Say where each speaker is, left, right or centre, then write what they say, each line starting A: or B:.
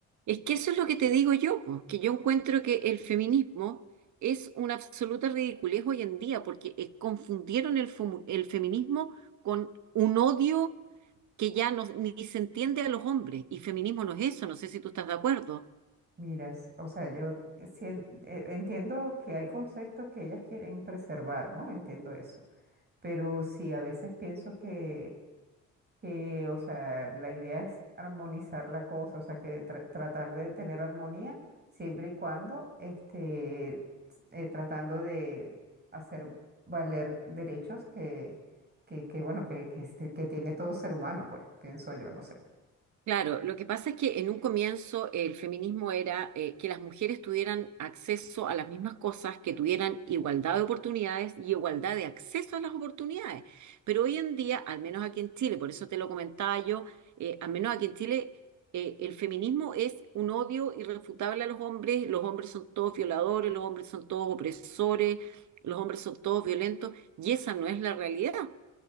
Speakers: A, on the right; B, on the right.
A: Es que eso es lo que te digo yo, pues, que yo encuentro que el feminismo es una absoluta ridiculez hoy en día, porque eh, confundieron el, fomu- el feminismo con un odio que ya no, ni se entiende a los hombres, y feminismo no es eso, no sé si tú estás de acuerdo.
B: Mira, s- o sea, yo sien- eh, entiendo que hay conceptos que ellas quieren preservar, ¿no? Entiendo eso. Pero sí, a veces pienso que, que, o sea, la idea es armonizar la cosa, o sea, que tra- tratar de tener armonía siempre y cuando, este, s- eh, tratando de hacer valer derechos que, que, que, bueno, que, que, este- que tiene todo ser humano, pues, pienso yo, no sé.
A: Claro, lo que pasa es que en un comienzo el feminismo era eh, que las mujeres tuvieran acceso a las mismas cosas, que tuvieran igualdad de oportunidades y igualdad de acceso a las oportunidades. Pero hoy en día, al menos aquí en Chile, por eso te lo comentaba yo, eh, al menos aquí en Chile, eh, el feminismo es un odio irrefutable a los hombres, los hombres son todos violadores, los hombres son todos opresores, los hombres son todos violentos, y esa no es la realidad.